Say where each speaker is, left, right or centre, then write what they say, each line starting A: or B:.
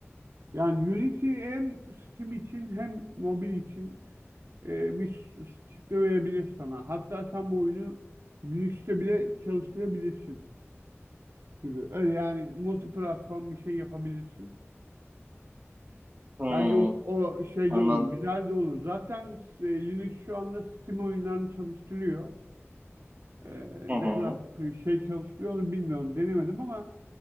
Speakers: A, on the right (about 65°); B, on the right (about 35°).
A: Yani Unity hem Steam için hem mobil için e, bir çıktı verebilir sana. Hatta sen bu oyunu Linux'te bile çalıştırabilirsin. gibi. Öyle yani multi platform bir şey yapabilirsin.
B: Hmm,
A: Bence o, o şey
B: anladım.
A: de olur, güzel de olur. Zaten e, Linux şu anda Steam oyunlarını çalıştırıyor. E,
B: Hı
A: ne
B: hı,
A: kadar şey çalıştırıyor onu bilmiyorum, denemedim ama